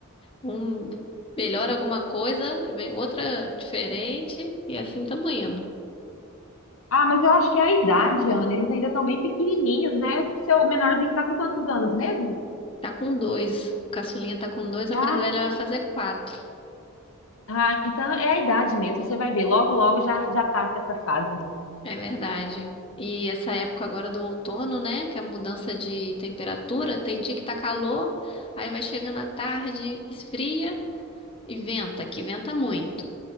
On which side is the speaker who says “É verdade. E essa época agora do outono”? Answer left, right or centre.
Left